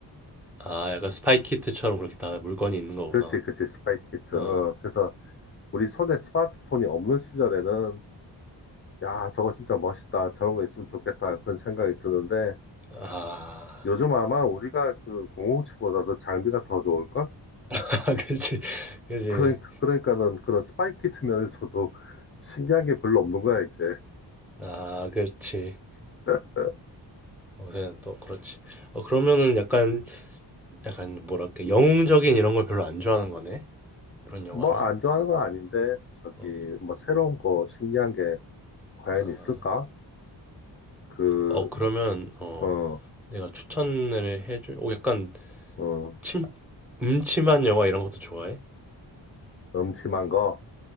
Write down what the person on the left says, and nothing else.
그렇지, 그렇지. 스파이 키트.
어, 그래서 우리 손에 스마트폰이 없는 시절에는 야, 저거 진짜 멋있다. 저런 거 있으면 좋겠다. 그런 생각이 드는데
요즘 아마 우리가 그 공공7보다도 장비가 더 좋을걸?
그러니까, 그러니까는 그런 스파이키트 면에서도 <laughs> 신기한 게 별로 없는 거야, 이제.
<laughs>
뭐 안 좋아하는 건 아닌데, 저기,
뭐 새로운 거 신기한 게 과연
있을까? 그,
어,
어,
음침한 거,